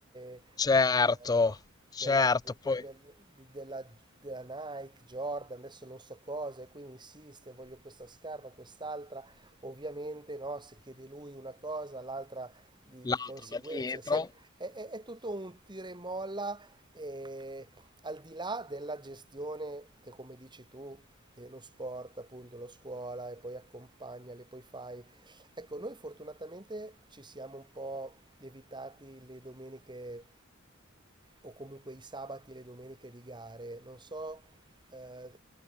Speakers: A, on the right; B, on the left.
A: eh,
B: certo, certo,
A: della, de- de-
B: poi
A: del- di- della- della Nike, Jordan, adesso non so cosa, e quindi insiste, voglio questa scarpa, quest'altra. Ovviamente, no, se chiede lui una cosa, l'altra di, di
B: l'altro
A: conseguenza.
B: va dietro.
A: È, sem- è- è- è tutto un tira e molla, eh, al di là della gestione che, come dici tu, eh, lo sport, appunto, lo scuola, e poi accompagnali, poi fai Ecco, noi fortunatamente ci siamo un po' evitati le domeniche o comunque i sabati e le domeniche di gare. Non so, eh,